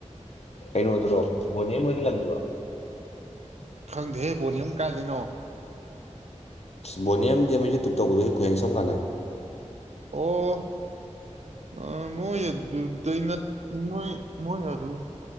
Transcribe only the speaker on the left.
ꯀꯩꯅꯣꯗꯨꯔꯣ ꯕꯣꯅꯦ ꯃꯣꯏꯒꯤ ꯂꯝꯗꯨꯔꯣ
ꯕꯣꯅꯤꯑꯦꯝ ꯑꯃꯗꯤ ꯑꯃꯥ ꯌꯨꯇꯨꯞ ꯇꯧꯕꯗꯣꯍꯦ ꯀꯣꯍꯦꯟ ꯁꯝ ꯀꯥꯅ